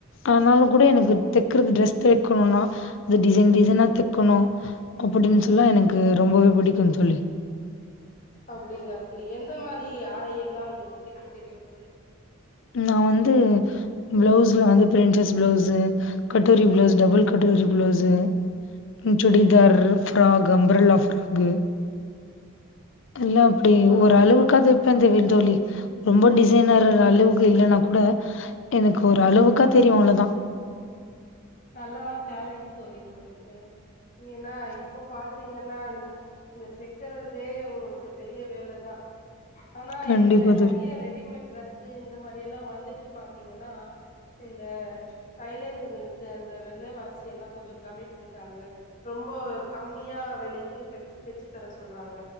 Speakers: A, on the left; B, on the left.
A: ஆனாலு கூட எனக்கு தெக்கறது ட்ரெஸ் தெக்கணுனா அது டிசைன் டிசைனா தெக்கணு அப்படின் சொல்ல எனக்கு ரொம்பவே புடிக்குந்தோழி
B: அப்டிங்களா தோழி எந்த மாரி ஆடை எல்லா உங்களுக்கு தெக்க தெரியுந்தோழி
A: நா வந்து ப்ளவுஸ்ல வந்து பிரின்சஸ் ப்ளவுஸு கட்டூரி ப்ளவுஸு டபுள் கட்டூரி blouse chudidar frock umbrella frock எல்லா அப்டி
B: சூப்பர்
A: ஒரு
B: தோழி
A: அளவுக்காக தெப்பேந்தவில் தோழி ரொம்ப டிசைனர் அளவு க்கு இல்லன்னா கூட எனக்கு ஒரு அளவுக்கா தெரியு அவ்ளதா
B: நல்லாதா டேலண்ட் தோழி உங்களுக்கு ஏனா இப்போ பாத் பாத்தீங்கன்னா இந்த தெக்கறதே உங்களுக்கு பெரிய வேலதா ஆனா
A: கண்டிப்பா
B: இங்க நெறைய
A: தோழி.
B: ரெடிமேட் ட்ரெஸ் இந்த மாரி எல்லா வந்துட்டு பா்த்தீங்கன்னா இந்த தைலர்ங்களுக் அந்த வெலவாசி எல்லா கொஞ்சோ கம்மி பண்ட்டாங்க ரொம்ப கம்மியா வெலைக்கு தச்சு தர சொல்றாங்க